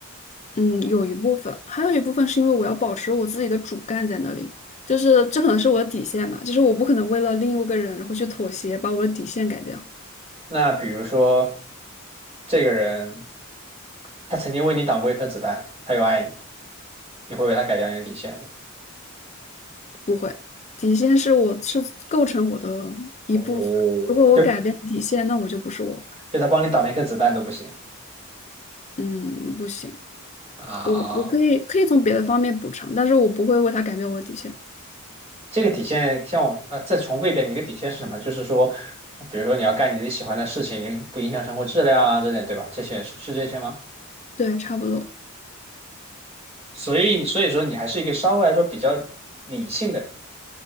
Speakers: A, on the left; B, on the right.
A: 嗯有一部分，还有一部分是因为我要保持我自己的主干在那里，就是这可能是我的底线嘛，就是我不可能为了另一个人然后去妥协，把我的底线改掉。
B: 那比如说这个人，他曾经为你挡过一颗子弹，他又爱你，你会为他改掉你的底线吗？
A: 不会，底线是我是构成我的一部分。
B: 哦，
A: 如果我改变底线，
B: 就
A: 那我就不是我。
B: 就他帮你挡了一颗子弹都不行
A: 嗯，不行，
B: 啊。
A: 我我可以可以从别的方面补偿，但是我不会为他改变我的底线。
B: 这个底线，像我啊，再重复一遍，你的底线是什么？就是说，比如说你要干你自己喜欢的事情，不影响生活质量啊之类，对吧？这些是是这些吗？
A: 对，差不多。
B: 所以你所以说你还是一个稍微来说比较理性的人，